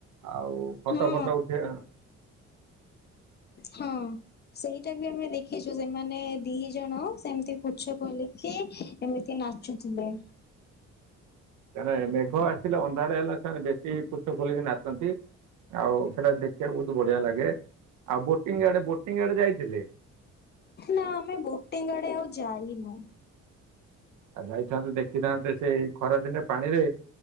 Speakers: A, on the right (about 80°); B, on the left (about 35°).
A: ଆଉ ଫଟ
B: ହଁ
A: ଫଟ ଉଠେଆଁ
B: ହଁ। ସେଇଟା ବି ଆମେ ଦେଖିଚୁ ସେମାନେ ଦି ଜଣ ସେମିତି ପୁଚ୍ଛ ଖୋଲିକି ଏମିତି ନାଚୁଥୁଲେ।
A: ତାନାଏ ମେଘ ଆସିଲେ ଅନ୍ଧାର ଏଲା ତାମାନେ ବେଶୀ ପୁଚ୍ଛ ଖୋଲିକି ନାଚନ୍ତି। ଆଉ ସେଟା ଦେଖିଆକୁ ବହୁତୁ ବଢିଆ ଲାଗେ। ଆଉ ବୋଟିଂ ଆଡେ ବୋଟିଂ ଆଡେ ଯାଇଥିଲେ?
B: ନାଁ ଆମେ ବୋଟିଂ ଆଡେ ଆଉ ଯାଇନୁ।
A: ଆଉ ଯାଇଥାନ୍ତୁ ଦେଖିଥାନ୍ତେ ସେ ଖରାଦିନେ ପାଣିରେ